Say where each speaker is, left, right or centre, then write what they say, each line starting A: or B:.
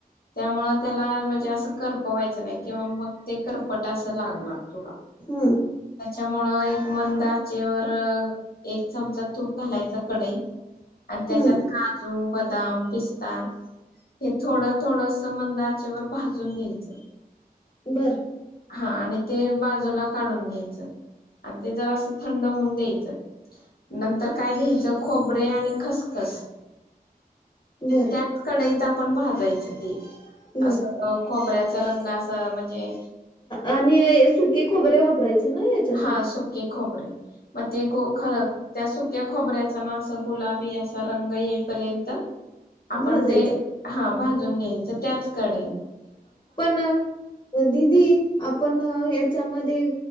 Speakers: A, on the left (about 70°); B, on the left (about 30°).
A: त्यामुळे त्याला म्हणजे असं करपवायचं नाही किंवा मग ते करपट अस लागणार तुला,
B: हम्म
A: त्याच्या मुळे <unintelligible> मंदा आचेवर एक चमचा तूप घालायच कडईत आणि त्याच्यात
B: हम्म
A: काजू बदा दाम पिस्ता हे थोडं थोडस मंद आचेवर भाजून घ्यायचं.
B: बरं
A: हा आणि ते बाजूला काढून घ्यायचं, आणि ते जरा असं थंड होऊन द्यायचं, नंतर काय घ्यायचं खोबरे आणि खसखस,
B: बर
A: त्याच कडईत पण भाजायचं ते,
B: बर.
A: असं खोबऱ्यात रंग असं म्हणजे,
B: आणि सुके, खोबरे आप करायच नाही याच्यासाठी,
A: हा सुके खोबरे, मग ते खर त्या सुक्या खोबऱ्याचा ना असं गुलाबी असा रंग येईपर्यंत, आपण
B: भाजायचं
A: ते हा भज <unintelligible> घ्यायच त्याच कडे
B: पण दिदी आप हे त्याच्यामध्ये